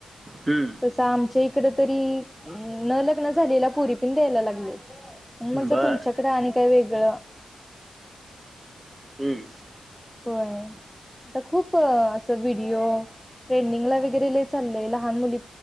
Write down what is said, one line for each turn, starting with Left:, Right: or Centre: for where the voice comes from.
Right: हम्म
Centre: तसं आमच्या इथ. तरी न लग्न झाल्यावर पोरी पण द्यायला लागल्यात.
Right: बर
Centre: तुमच्याकडे आणि काय वेगळं?
Right: <unintelligible>
Centre: होय. आता खूप असं व्हिडिओ ट्रेंडिंगला वगैरे चाललंय लहान मुली...